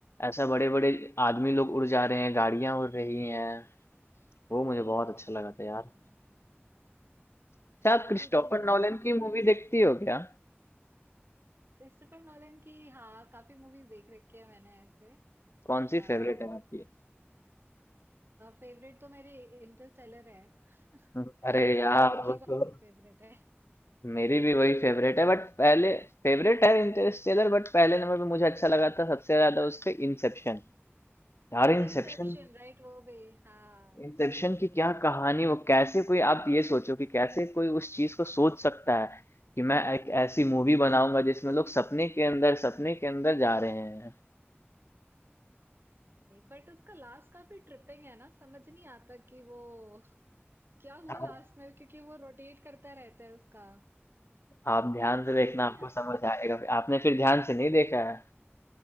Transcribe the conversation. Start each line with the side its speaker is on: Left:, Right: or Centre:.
Left: ऐसा बड़े बड़े आदमी लोग उड़ जा रहे हैं गाड़ियां उड़ रही हैं वो मुझे बहुत अच्छा लगा
Right: हम्म,
Left: था यार अच्छा आप क्रिस्टोफर
Right: अभी रिसेंट
Left: नॉलन
Right: कोई मूवी
Left: की मूवी देखती हो क्या
Right: क्रिस्टोफर नॉलन की हाँ काफी मूवीज देख रखी है मैंने ऐसे
Left: कौन सी
Right: आ,
Left: फेवरेट है आपकी
Right: फेवरेट तो मेरे इंटरस्टेलर है <laughs>
Left: <laughs> अरे यार
Right: आपकी
Left: वो
Right: कौन
Left: तो
Right: सी फेवरेट है
Left: मेरी भी वही फेवरेट है बट पहले फेवरेट है इंटरस्टेलर बट पहले नंबर पे मुझे अच्छा लगा था सबसे ज्यादा उसके इंसेप्शन यार इंसेप्शन
Right: इंसेप्शन राइट वो भी हाँ
Left: इंसेप्शन की क्या कहानी वो कैसे कोई आप ये सोचो कि कैसे कोई उस चीज को सोच सकता है कि मैं एक ऐसी मूवी बनाऊंगा जिसमें लोग सपने के अंदर सपने के अंदर जा रहे हैं
Right: बट उसका लास्ट काफी ट्रिपिंग है ना समझ नहीं आता कि वो <laughs> क्या हुआ
Left: आप,
Right: लास्ट में क्योंकि वो रोटेट करता रहता है उसका
Left: आप ध्यान से देखना
Right: समझ नहीं
Left: आपको
Right: आता
Left: समझ आएगा आपने फिर ध्यान से नहीं देखा है